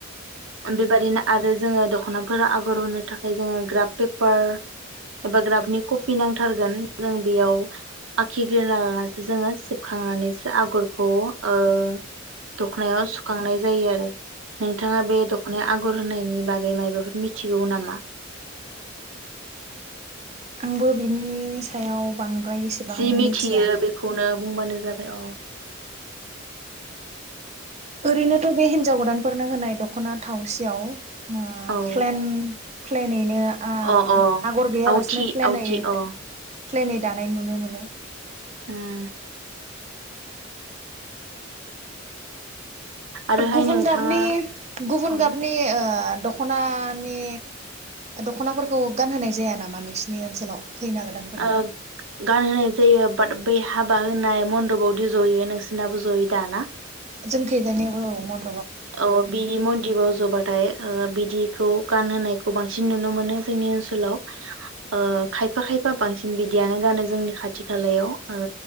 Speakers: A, on the right; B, on the right.
A: बे बादिनो आरो जोंङो दख'नाफोरा आगर होनो थाखाय जोंङो ग्राफ पेपार एबा ग्राफनि कप फिनांथारगोन जों बेयाव आखि ग्रोना लानानैसो जोंङो सिबखांनानैसो आगरखौ ओ दख'नायाव सुखांनाय जायो आरो। नोंथांङा बे दख'नायाव आगर होननायनि बागै मायबाफोर मिथिगौ नामा?
B: आंबो बिनि सायाव बांद्राय एसेबां
A: जि मिथियो
B: मिथिया
A: बेखौनो बुंबानो जाबाय अ
B: ओरैनोथ' बे हिनजाव गोदानफोरनो होनाय दख'ना थावसियाव ओ
A: औ
B: फ्लेन फ्लेनै नो आ
A: अ अ
B: आगर गैया
A: आवथि
B: लासिनो फ्लेनै
A: आवथि अ
B: दा दानाय‌ नुनो मोनो।
A: उम आरोहाय
B: गुबुन
A: नोंथाङा
B: गाबनि गुबुन
A: अ
B: गाबनि ओ दख'नानि दख'नाफोरखौ गानहोनाय जाया नामा नोंसिनि ओनसोलाव? खैना गोदानफोरनो
A: ओ गानहोनाय जायो। बाट बै हाबा होनाय मन्दपावदि जयो नोंसिनाबो जयो दा ना?
B: जों खैजानायाव औ मन
A: औ बिनि मन्दबाव जबाथाय ओ बिदिखौ गानहोनायखौ बांसिन नुनो मोनो जोंनि ओनसोलाव ओ खायफा खायफा बांसिन बिदियानो गानो जोंनि खाथि खालायाव ओ